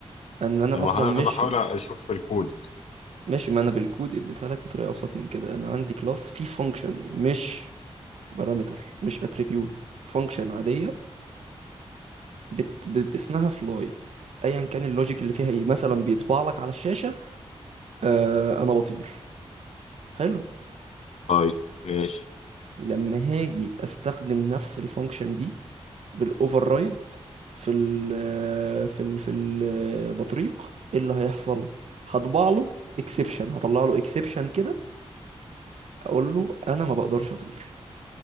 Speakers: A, on the right; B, on the left.
A: ان انا
B: ما
A: اصلا
B: هو انا
A: مش
B: بحاول اشوف في الكود
A: مش ما انا بالكود اديتها لك بطريقه ابسط من كده انا عندي كلاس فيه فانكشن مش بارامتر مش اتريبيوت فانكشن عاديه بت... ب- باسمها فلاي ايا كان اللوجيك اللي فيها ايه مثلا بيطبع لك على الشاشه آه انا بطير حلو
B: طيب ماشي
A: لما هاجي استخدم نفس الفانكشن دي بالاوفر رايد في ال آه، في ال في البطريق ايه اللي هيحصل هطبع له اكسبشن هطلع له اكسبشن كده اقول له انا ما بقدرش اطير